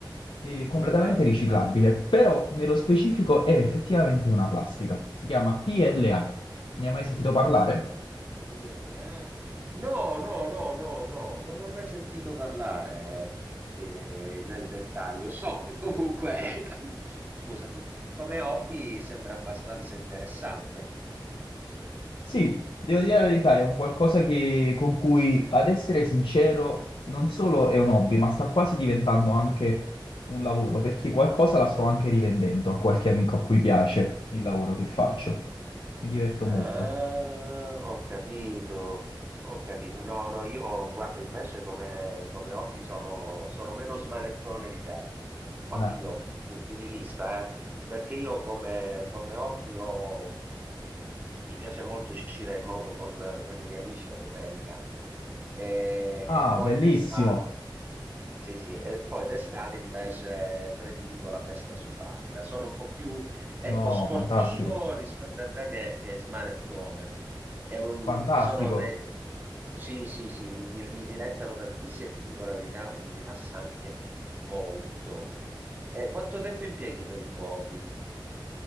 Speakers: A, on the left; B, on the right.
A: e completamente
B: Ah,
A: riciclabile, però nello specifico è effettivamente una plastica. Si chiama PLA. Ne hai mai sentito parlare?
B: I- PLA? No, no, no, no, no, non ne ho mai sentito parlare eh, nel dettaglio. So che comunque, <coughs> scusami, come hobby sembra abbastanza interessante.
A: Sì, devo dire la verità, è un qualcosa che, con cui, ad essere sincero, non solo è un hobby, ma sta quasi diventando anche un lavoro, perché qualcosa la sto anche rivendendo a qualche amico a cui piace il lavoro che faccio. Mi diverto
B: Ah,
A: molto.
B: ho capito, ho capito. No, no, io guarda, invece come, come hobby sono, sono meno smanettone di te. Oddio,
A: Ah.
B: punti di vista, eh, perché io come, come hobby ho, mi piace molto uscire in moto con, con i miei amici la domenica e,
A: Ah,
B: e poi
A: bellissimo.
B: d'estate. Sì, sì, e poi d'estate invece prediligo la pesca subacquea. Sono un po' più, ecco,
A: No,
B: sportivo
A: fantastico,
B: rispetto a te che, che smanettone. È un-
A: fantastico.
B: sono dei... Sì, sì, sì, mi, di- mi dilettano tantissimo e ti dico la verità, mi rilassa anche molto. E quanto tempo impieghi per il tuo hobby?